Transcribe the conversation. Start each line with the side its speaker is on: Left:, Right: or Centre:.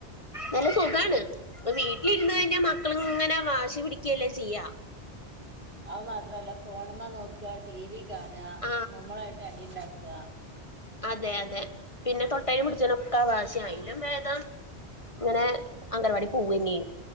Left: നല്ല സുഖാണ് ഇപ്പ വീട്ടിലിരുന്ന് കഴിഞ്ഞാൽ മക്കള ഇങ്ങനെ വാശി പിടിക്കുകല്ലേ ചെയ്യാ.
Right: അത് മാത്രല്ല ഫോണമ്മ നോക്കുക ടി വി കാണുക
Left: ആഹ്
Right: ഞമ്മളായിട്ട് അടി ഉണ്ടാക്കുക
Left: അതെ അതെ പിന്നെ തൊട്ടേൽ പിടിച്ചനൊക്കെ വാശിയാണ് അതിലും ഭേദം ഇങ്ങനെ അംഗൻവാടി പൂവ തന്നെ